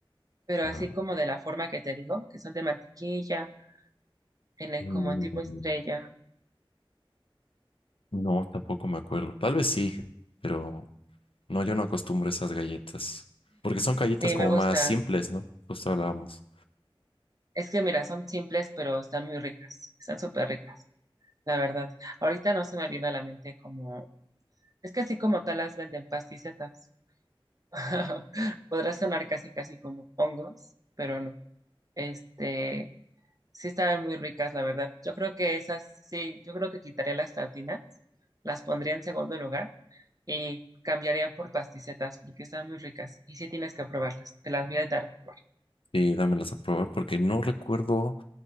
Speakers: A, on the right; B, on the left.
A: Pero
B: Ah,
A: así como de la forma que te digo, que son de mantequilla, en el-
B: mm,
A: como en tipo estrella.
B: no, tampoco me acuerdo. Tal vez sí, pero no, yo no acostumbro a esas galletas. Porque son galletas
A: Sí,
B: como
A: me gustan.
B: más simples, ¿no? Justo hablábamos.
A: Es que mira, son simples, pero están muy ricas. Están súper ricas, la verdad. Ahorita no se me viene a la mente como... Es que así como tal las venden pasticetas. <laughs> Podrá sonar casi casi como hongos, pero no. Este, Sí estaban muy ricas, la verdad. Yo creo que esas, sí, yo creo que quitaría las tartinas, las pondría en segundo lugar y cambiaría por pasticetas porque están muy ricas y sí tienes que probarlas. Te las voy a dar a probar.
B: Sí, dámelas a probar porque no recuerdo.